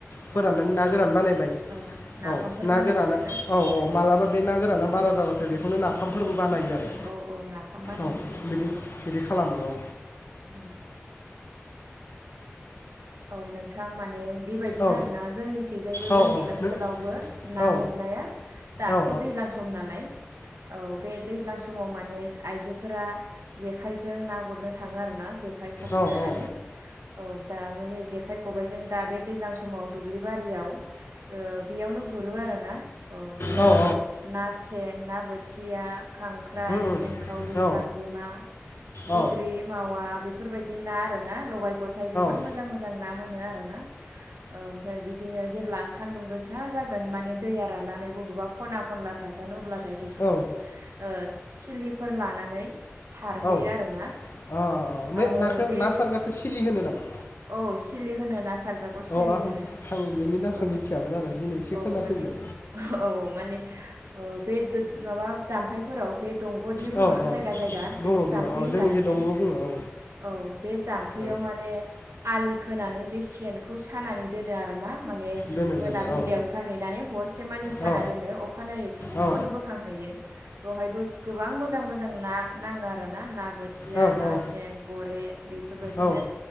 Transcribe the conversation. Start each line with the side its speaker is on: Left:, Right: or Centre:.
Left: फोराननानै
Right: औ
Left: ना
Right: मा
Left: गोरान बानायबाय,
Right: औ नाफामफोर
Left: औ ना
Right: बानायो
Left: गोराना
Right: आरोना
Left: औ औ मालाबा बे ना गोराना बारा जाबाथाय बे बेखौनो नाफामफोरबो
Right: औ
Left: बानायो आरो
Right: औ औ नाफाम बानायो
Left: औ बिदि बिदि खालामो औ
Right: औ औ नोंथां माने बेबायदिनो
Left: औ
Right: आरोना जोंनिखैजायबो
Left: औ
Right: जोंनि
Left: औ
Right: ओनसोलावबो
Left: नो
Right: ना
Left: औ
Right: हमनाया दाथ'
Left: औ
Right: दैज्लां सम नालाय औ बे दैज्लां समाव माने आइजो फोरा जेखायजों ना गुरनो थाङो आरोना जे जेखाय खबाइ
Left: औ
Right: लानानै
Left: औ
Right: औ दा जेखाइ खबाइजों दा बे दैज्लां समाव दुब्लि बारियाव ओ बेयावनो गुरो आरोना औ बेयाव
Left: उम
Right: ना सें, ना बो सिया खांख्राइ,
Left: उम
Right: एंखावरि,
Left: औ
Right: गांजेमा, फिथिख्रि
Left: औ
Right: मावा बेफोर बेफोरबायदि ना आरोना लगाय गथाय जोबोद
Left: औ
Right: मोजां मोजां ना मोनो आरो ना ओमफ्राय बिदिनो जेब्ला सान्दुं गोसा जागोन माने दैया राननानै बबेबा खना खना थागोन अब्ला दा बेखौ
Left: औ
Right: ओह सिलिफोर लानानै सारहैयो
Left: औ अ
Right: आरोना
Left: अ अ ओम
Right: आरो
Left: नाखौ
Right: बे
Left: ना सारग्राखौ सिलि होनो नामा?
Right: औ सिलि होनो नासार ग्राखौ
Left: औ
Right: सिलि
Left: आं
Right: होनो
Left: आं बेनि नामखौ
Right: औ
Left: मिथियामोन आरो दिनै एसे
Right: औ
Left: खोनासिनबाय
Right: माने औ माने ओ बे दं माबा जाम्फैफोराव बे दंग'दि बुङो
Left: औ
Right: जायगा जायगा
Left: बुङो
Right: बेखौ
Left: बुङो
Right: जामफै
Left: औ
Right: होनो
Left: जोंनिखि
Right: आरो
Left: दंग'
Right: ने
Left: बुङो औ
Right: औ बे जामफैयाव
Left: औ
Right: माने आलि खोनानै बे सेनखौ सानानै दोनो आरोना माने
Left: दोनो
Right: मोनाबिलियाव
Left: दोनो औ
Right: साहैनानै हरसे मानि साना
Left: औ
Right: दोनो अखानायै फुङावनो
Left: औ
Right: बोखांहैयो बेवहायबो गोबां मोजां मोजां ना नांङो आरोना बोथिया
Left: औ
Right: ना
Left: औ
Right: सें गरे बेफोरबायदिनो
Left: औ